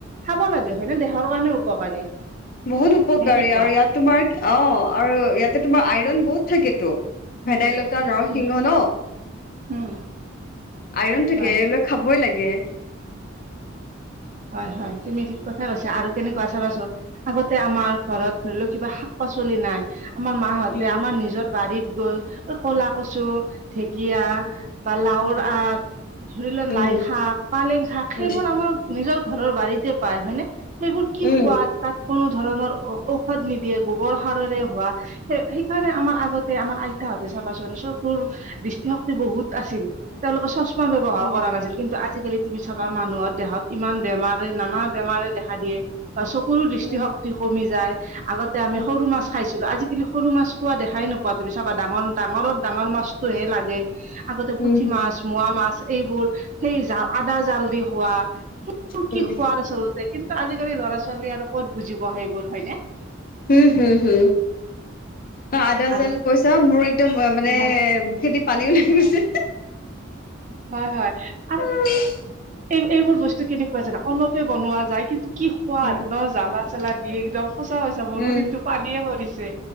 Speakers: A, on the right; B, on the left.
A: খাব লাগে হয় নে দেহৰ কাৰণেও উপকাৰী?
B: বহুত উপকাৰী
A: নে কি
B: আৰু
A: কোৱা
B: ইয়াত তোমাৰ অ আৰু ইয়াতে তোমাৰ আইৰন বহুত থাকেতো। ভেদাইলতা নৰসিংহ
A: উম
B: ন,
A: উম
B: আইৰন থাকে
A: হয়
B: এইবিলাক- খাবই লাগে।
A: হয় হয় তুমি ঠিক কথা কৈছা আৰু কেনেকুৱা চাবাছো- আগতে আমাৰ ঘৰত ধৰি লও কিবা শাক পাচলি নাই- আমাৰ মাহঁতে
B: উম
A: আমাৰ নিজৰ বাৰীত গৈ ঐ কলা কছু- ঢেঁকীয়া,
B: উম
A: বা লাওৰ আগ- ধৰি লোৱা
B: উম
A: লাই শাক পালেং শাক সেইবোৰ
B: উম
A: আমাৰ- নিজৰ ঘৰৰ বাৰীতে পায় হয়নে- সেইবোৰ কি
B: উম
A: সোৱাদ তাত- কোনো ধৰণৰ ঔষধ নিদিয়ে গোবৰ সাৰৰে হোৱা- সে সেইকাৰণে আমাৰ আগতে আমাৰ আইতাহঁতে চাবাচোন চব- দৃষ্টিশক্তি বহুত আছিল তেওঁলোকে চশমা ব্যৱহাৰ
B: উম
A: কৰা নাছিল কিন্তু আজিকালি- তুমি চাবা মানুহৰ দেহত ইমান বেমাৰে নানা বেমাৰে দেখা দিয়ে বা চকুৰো দৃষ্টিশক্তি-
B: উম
A: কমি যায় আগতে আমি
B: উম উম
A: সৰু মাছ খাইছিলো আজিকালি- সৰু মাছ খোৱা দেখাই নোপোৱা তুমি চাবা ডাঙৰ ডাঙৰত ডাঙৰ মাছটোহে লাগে- আগতে পুঠি
B: উম হম
A: মাছ মোৱা মাছ এইবোৰ সেই জাল আদা জাল দি হোৱা-
B: উম
A: কি খোৱাৰ আচলতে কিন্তু আজিকালি ল'ৰা ছোৱালী আৰু ক'ত বুজিব সেইবোৰ হয়নে?
B: উম হুম হুম। অ আদা
A: আৰু
B: জাল পইছা মোৰ একদম মানে
A: হয়
B: খেতিত পানীও লাগি গৈছে।
A: হয় হয় আৰু-
B: উম।
A: এই এইবোৰ বস্তু কেনেকুৱা জানা অলপে বনোৱা যায় কিন্তু কি সোৱাদ
B: উম
A: নহ- জ্বালা চালা দি একদম সোচা হৈছে মোৰো
B: উম
A: কিন্তু পানীয়ে মৰিছে।